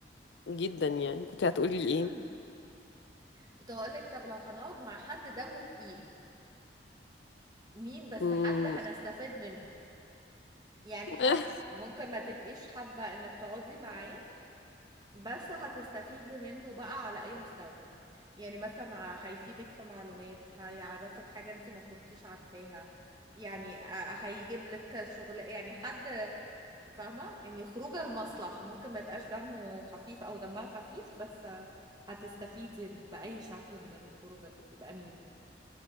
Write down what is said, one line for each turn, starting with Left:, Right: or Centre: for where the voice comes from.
Left: جدا يعني كنت هتقولي ايه
Right: <clears throat> كنت هقولك طب لو هنقعد مع حد دمه تقيل مين بس
Left: مم،
Right: حد هنستفاد منه يعني
Left: <laughs>
Right: حد ممكن ما تبقيش حابة إنك تقعدي معاه بس هتستفيدي منه بقى على أي مستوى يعني مثلا ع- هيفيدك في معلومات هيعرفك حاجة انت ما كنتيش عارفاها يعني ه- هيجيب لك شغل يعني حد فاهمة يعني خروجه لمصلحة ممكن ما يبقاش دمه خفيف او دمها خفيف بس هتستفيدي بأي شكل من الخروجة دي يبقى مين